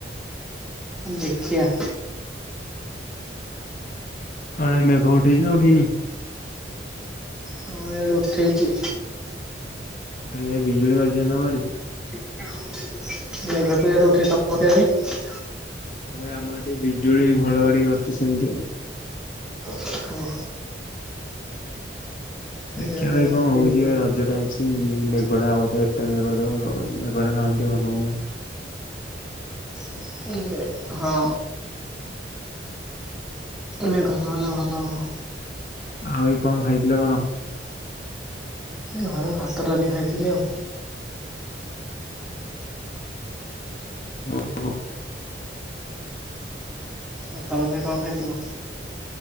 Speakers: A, in the centre; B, on the left (about 45°).
A: ଦେଖିଆ?
B: ତମ ଆଡେ ମେଘ ଉଠେଇଛି ନା ଉଠେଇନି?
A: ହଁ ଏଇଆଡୁ ଉଠେଇଛି।
B: କାଲି ବୋଧେ ବିଜୁଳି ମାରିଥିଲା ତମ ଆଡେ?
A: <inaudible>
B: ହଁ ଭାଇ ଆମଆଡେ ଟିକେ ବିଜୁଳି ଘଡଘଡି ମାରଚି ସେମିତି ଆଉ
A: ଓହ।
B: ଦେଖିବା
A: ଇଆଡେ
B: ଭାଇ
A: ଏଇନା
B: କଣ
A: ଉଠେଇଥିଲା।
B: ହଉଛି ଭାଇ ରଜଟା ଆ <inaudible> ହବ ଏତ କରିଦ ମେଘଟା ନହେଲେ ଟିକେ ଭଲ ହୁଅନ୍ତା।
A: ସେ ମେଘ ମେଘ ନହେଲେ ଭଲ ହବ।
B: ଆଉ ଏଇ କଣ ଖାଇଥିଲ କଣ?
A: ଏ ଘରେ ଭାତଡାଲି ଖାଇଥିଲି ଆଉ
B: <inaudible>
A: ଆଉ ତମେ କଣ ଖାଇଥିଲ?